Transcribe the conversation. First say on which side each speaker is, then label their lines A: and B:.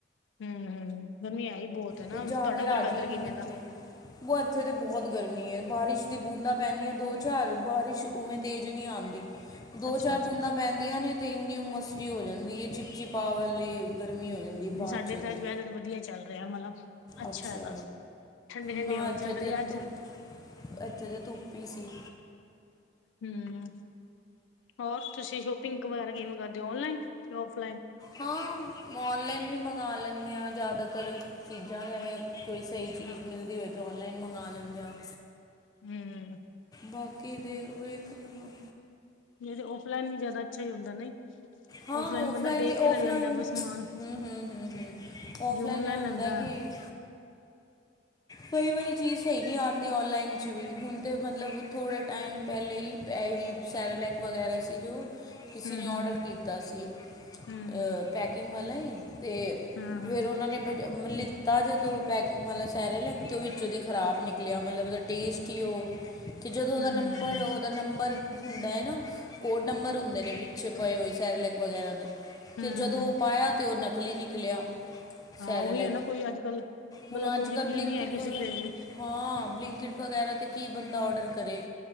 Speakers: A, on the left; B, on the left.
A: ਹੂੰ, ਗਰਮੀ ਐ ਹੀ ਬਹੁਤ ਹੈ ਨਾ,
B: ਤੇ ਜਾ
A: ਤੁਹਾਡਾ
B: ਕੇ
A: ਉੱਧਰ
B: ਰਾਜੀ
A: ਵੈਦਰ
B: ਨਹੀਂ
A: ਕਿਵੇਂ
B: ਕਿੱਥੇ
A: ਦਾ।
B: ਇੱਥੇ ਤਾਂ ਬਹੁਤ ਗਰਮੀ ਐ, ਬਾਰਿਸ਼ ਦੀ ਬੂੰਦਾਂ ਪੈਂਨੀਆਂ ਦੋ ਚਾਰ, ਬਾਰਿਸ਼ ਉਵੇਂ ਤੇਜ਼ ਨੀ ਆਂਦੀ, ਦੋ-
A: ਅੱਛਾ
B: ਚਾਰ
A: ਅੱਛਾ,
B: ਬੂੰਦਾਂ ਪੈਂਦੀਆਂ ਨੇ, ਤੇ ਇੰਨੀ ਹੁੰਮਸ ਜੀ ਹੋ ਜਾਂਦੀ ਐ, ਚਿਪਚਿਪਾ ਵਾਲੀ ਗਰਮੀ ਹੋ ਜਾਂਦੀ ਐ,
A: ਨਹੀਂ
B: ਬਾਅਦ
A: ਸਾਡੇ
B: ਚੋਂ
A: ਤਾਂ
B: ਤੇ।
A: ਅੱਜ ਵੈਦਰ ਵਧੀਆ ਚੱਲ ਰਿਹਾ ਮਤਲਬ। ਅੱਛਾ
B: ਅੱਛਿਆ,
A: ਹੈ ਮਤਲਬ ਠੰਡੀ-ਠੰਡੀ
B: ਨਾ
A: ਹਵਾ
B: ਇੱਥੇ
A: ਚੱਲ ਰਹੀ
B: ਤੇ
A: ਹੈ ਅੱਜ
B: ਧੁੱਪ ਇੱਥੇ ਤੇ ਧੁੱਪ ਈ ਸੀ।
A: ਹੂੰ, ਹੋਰ ਤੁਸੀਂ ਸ਼ੋਪਿੰਗ ਵਗੈਰਾ ਕਿਵੇਂ ਕਰਦੇ ਹੋ, ਔਨਲਾਈਨ ਕ ਔਫਲਾਈਨ।
B: ਹਾਂ, ਔਨਲਾਈਨ ਵੀ ਮੰਗਾ ਲੈਂਨੇ ਆਂ ਜ਼ਿਆਦਾਤਰ। ਚੀਜ਼ਾਂ ਜਿਵੇਂ ਕੋਈ ਸਹੀ ਚੀਜ਼ ਮਿਲਦੀ ਹੋਵੇ, ਤਾਂ ਔਨਲਾਈਨ ਮੰਗਾ ਲੈਂਨੇ ਹਾਂ।
A: ਹੂੰ
B: ਬਾਕੀ ਦੇਖ ਵੇਖ ਲਵਾਂ
A: ਨਈ ਤੇ ਔਫਲਾਈਨ ਵੀ ਜ਼ਿਆਦਾ ਅੱਛਾ ਹੀ ਹੁੰਦਾ ਨਹੀਂ।
B: ਹਾਂ
A: ਔਫਲਾਈਨ ਬੰਦਾ ਦੇਖ
B: ਵੀ ਔਫਲਾਈਨ
A: ਕੇ ਲੈ ਲੈਂਦਾ, ਕੋਈ ਸਮਾਨ।
B: ਹੂੰ ਹੂੰ ਹੂੰ ਹੂੰ ਔਫਲਾਈਨ
A: ਜੇ ਔਨਲਾਈਨ
B: ਇਹ ਹੁੰਦਾ
A: ਲੈਂਦਾ
B: ਕਿ ਕਈ ਵਾਰੀ ਚੀਜ਼ ਸਹੀ ਨਹੀਂ ਆਉਂਦੀ ਔਨਲਾਈਨ ਚ ਵੀ, ਹੁਣ ਤੇ ਮਤਲਬ ਥੋੜ੍ਹਾ ਟਾਈਮ ਪਹਿਲੇ ਹੀ, ਇਹੀ ਸੈਰੇਲੈਕ ਵਗੈਰਾ ਸੀ ਜੋ ਕਿਸੀ
A: ਹੂੰ-ਹੂੰ-ਹੂੰ,
B: ਨੇ ਔਡਰ ਕੀਤਾ ਸੀ,
A: ਹੂੰ
B: ਪੈਕ ਪੈਕਿੰਗ ਵਾਲਾ, ਤੇ
A: ਹਾਂ-ਹਾਂ,
B: ਫਿਰ ਉਹਨਾਂ ਨੇ ਲਿੱਤਾ ਜਦੋਂ ਪੈਕਿੰਗ ਵਾਲਾ ਸੈਰੇਲੈਕ ਤੇ ਉਹ ਵਿੱਚੋਂ ਦੀ ਖ਼ਰਾਬ ਨਿਕਲਿਆ, ਮਤਲਬ ਉਹਦਾ ਟੇਸਟ ਹੀ ਉਹ, ਤੇ ਜਦੋਂ ਉਹਦਾ
A: ਹੂੰ-ਹੂੰ
B: ਨੰਬਰ
A: ਹਾਂ ਹਾਂ ਹੂੰ
B: ਦਾ ਨੰਬਰ ਹੁੰਦਾ ਐ ਨਾ, ਕੋਡ ਨੰਬਰ ਹੁੰਦੇ ਨੇ। ਪਿੱਛੇ ਪਏ ਹੋਏ ਸੈਰਲੈਕ ਵਗੈਰਾ ਦੇ,
A: ਹੂੰ
B: ਤੇ ਜਦੋਂ ਉਹ ਪਾਇਆ ਤਾਂ ਉਹ ਨਕਲੀ ਨਿਕਲਿਆ।
A: ਹਾਂ,
B: ਸੈਰਲੈਕ
A: ਉਹੀ ਹੈ ਨਾ ਕੋਈ ਅੱਜ- ਕੱਲ੍ਹ,
B: ਹੁਣ
A: ਮਤਲਬ
B: ਅੱਜ
A: ਕੋਈ
B: ਕੱਲ੍ਹ
A: ਯਕੀਨ
B: ਬਲਿੰਕਿਟ
A: ਨਹੀਂ ਹੈ ਕਿਸੇ
B: ਵਗੈਰਾ
A: ਤੇ ਵੀ।
B: ਹਾਂ, ਬਲਿੰਕਿਟ ਵਗੈਰਾ ਤੇ ਕੀ ਬੰਦਾ ਔਡਰ ਕਰੇ।